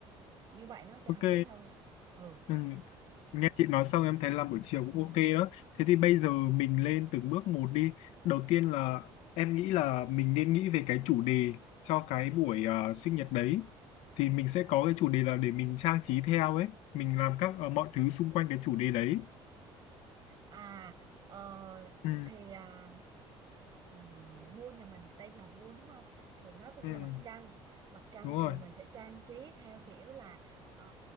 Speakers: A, on the right (about 40°); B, on the left (about 80°).
A: như vậy nó sẽ
B: ok
A: hợp lý hơn là ừ
B: ừ. Nghe chị nói xong em thấy làm buổi chiều cũng ok đó. Thế thì bây giờ mình lên từng bước một đi. Đầu tiên là em nghĩ là mình nên nghĩ về cái chủ đề cho cái buổi ờ, sinh nhật đấy. Thì mình sẽ có cái chủ đề là để mình trang trí theo ấy. Mình làm các ờ, mọi thứ xung quanh cái chủ đề đấy.
A: à ờ,
B: Ừ,
A: thì à, ừm, moon nhà mình tên là moon đúng không thì nó có nghĩa
B: ừ,
A: là mặt trăng mặt trăng
B: đúng rồi.
A: thì mình sẽ trang trí theo kiểu là ờ,